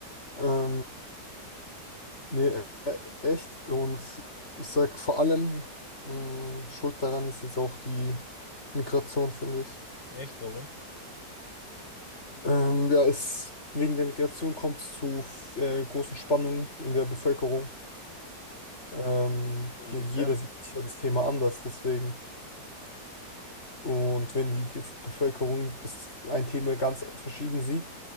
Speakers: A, on the left (about 40°); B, on the left (about 85°).
A: Ähm, nee, e- e- echt. Und ich sag vor allem, mm, schuld daran ist jetzt auch die Migration, finde ich.
B: Echt? Warum?
A: Ähm, ja, es, wegen der Migration kommt es zu äh, großen Spannungen in der Bevölkerung. Ähm,
B: Inwiefern?
A: ja, jeder sieht sich ja das Thema anders, deswegen. Und wenn die Ge- Bevölkerung das ein Thema ganz verschieden sieht,